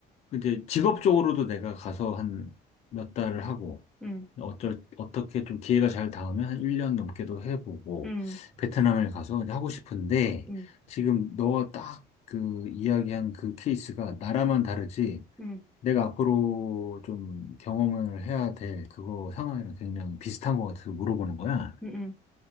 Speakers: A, on the left; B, in the centre.
A: 근데 직업적으로도 내가 가서 한 몇 달을 하고
B: 음,
A: 어쩔 어떻게 좀 기회가 잘 닿으면 한 1년 넘게도 해보고
B: 음,
A: 베트남을 가서 이제 하고 싶은데
B: 음,
A: 지금 너가 딱 그 이야기한 그 케이스가 나라만 다르지
B: 음,
A: 내가 앞으로 좀 경험을 해야 될 그거 상황이랑 굉장히 비슷한 것 같아서 물어보는 거야.
B: 음, 음,